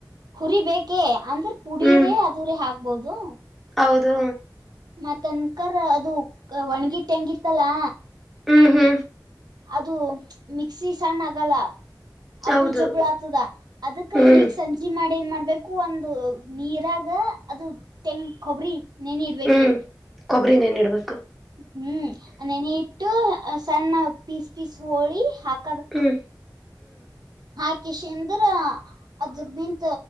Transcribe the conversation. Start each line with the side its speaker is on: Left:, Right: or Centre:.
Right: ಹುರಿ ಬೇಕೇ ಅಂದ್ರೆ ಪುಡೀರೆೇ
Centre: ಹ್ಮ್
Right: ಆದರೆ ಹಾಕ್ಬಹದು
Centre: ಹೌದು
Right: ಮತ್ತನ್ಕರ್ ಅದು ಒಣ್ಗಿಟ್ಟ ಹೆಂಗಿತ್ತಲಾ
Centre: ಹೂ ಹೂ
Right: ಅದು ಮಿಕ್ಸಿ ಸಣ್ಣ ಆಗಲ್ಲ ಅಬ್ಬಳ
Centre: ಹೌದು
Right: ಜಬ್ಬಳ ಆತದ ಅದಕ್ಕ
Centre: ಹ್ಮ್
Right: ಈಗ ಸಂಜ ಇಲಿ ಮಾಡಿ ಏನ್ ಮಾಡ್ಬೇಕು ಒಂದು ನೀರಾಗ ಅದು ತೆಂಗ ಕೊಬರಿ ನೆನ ಇಡ್ಬೇಕು
Centre: ಹ್ಮ್ ಕೊಬ್ಬರಿ ನೆನಿ ಇಡ್ಬೇಕು
Right: ಹೂ ನೆನ ಇಟ್ಟು ಸಣ್ಣ ಪೀಸ್ ಪೀಸ್ ಹೋಳಿ ಹಾಕ್
Centre: ಹೂ
Right: ಹಾಕಿ ಶಂದ್ರ ಅದ್ರ ನಿಂತ